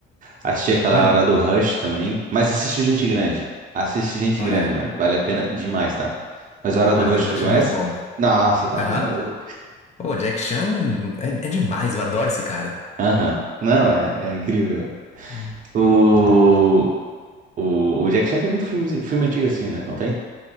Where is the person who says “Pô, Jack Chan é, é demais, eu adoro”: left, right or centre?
Left